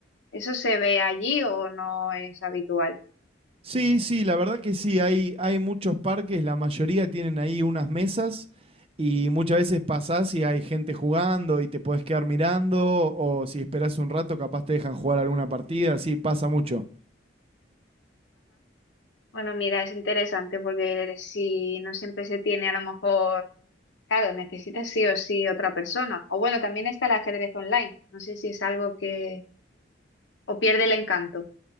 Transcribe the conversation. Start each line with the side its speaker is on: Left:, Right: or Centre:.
Left: ¿eso se ve allí o no es habitual?
Right: Sí, sí, la verdad que sí, hay, hay muchos parques, la mayoría tienen ahí unas mesas y muchas veces pasás y hay gente jugando y te podés quedar mirando o si esperás un rato capaz te dejan jugar alguna partida, sí, pasa mucho.
Left: Bueno, mira, es interesante porque si no siempre se tiene a lo mejor, claro, necesitas sí o sí otra persona. O bueno, también está el ajedrez online. No sé si es algo que, o pierde el encanto